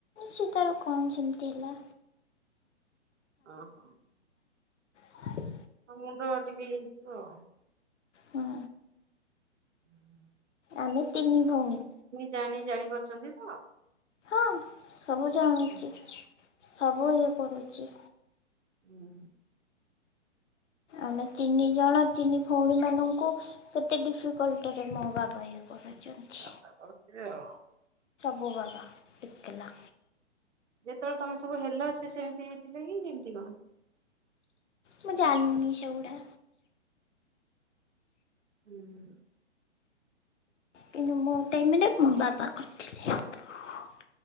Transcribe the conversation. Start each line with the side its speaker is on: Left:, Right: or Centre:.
Left: ସେତେବେଳ କୁ ଙ୍କ ସେମିତି ହେଲା।
Right: ଓ ହଁ।
Left: ହଁ
Right: ଆଉ ମୁଣ୍ଡ ଟିକେ ହେଇଥିବ ଆଉ।
Left: ହଁ
Right: ହୁଁ
Left: ଆମେ ତିନି ଭଉଣୀ।
Right: ଜାଣି ଜାଣିପାରୁଛନ୍ତି ତ।
Left: ହଁ ସବୁ ଜାଣୁଛି।
Right: ହୁଁ
Left: ସବୁ ଇଏ କରୁଛି।
Right: ହୁଁ
Left: ଆମେ ତିନି ଜଣ ତିନି ଭଉଣୀ ମାନଙ୍କୁ କେତେ ଡିଫିକଲ୍ଟ ରେ ମୋ ବାବା। କରୁଛନ୍ତି
Right: ବାବା କରୁଥିବେ ଆଉ।
Left: ମୋ ବାବା ଏକେଲା।
Right: ଯେତେବେଳେ ତମେ ସବୁ ହେଲ ସେ ସେମିତି ହୋଇଥିଲେ କି କେମତି କଣ
Left: ମୁଁ ଜାଣିନି ସେଗୁଡା।
Right: ହୁଁ ହୁଁ
Left: କିନ୍ତୁ ମୋଟାଇ ମାନେ ମୋ ବାବା କରିଥିଲେ <unintelligible>